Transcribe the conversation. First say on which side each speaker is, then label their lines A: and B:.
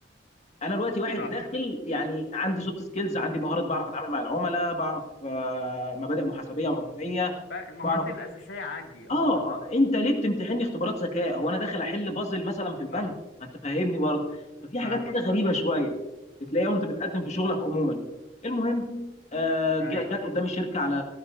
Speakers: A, on the left; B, on the left.
A: انا دلوقتي واحد
B: صح
A: داخل يعني عندي سوفت سكيلز عندي مهارات بعرف اتعامل مع العملاء بعرف آه، مبادئ محاسبيه وعموميه
B: بقى المهارات
A: بعرف مم.
B: الأساسية عندي
A: اه
B: اه بالظبط
A: انت ليه بتمتحني اختبارات ذكاء هو انا داخل احل بازل مثلا في البنك
B: فاهمك
A: ما انت فاهمني برضه ففي حاجات
B: فاهمك
A: كده غريبه
B: فاهم
A: شويه بتلاقيها وانت بتقدم في شغلك عموما المهم آه، جا-
B: ايوه
A: جت قدامي شركه على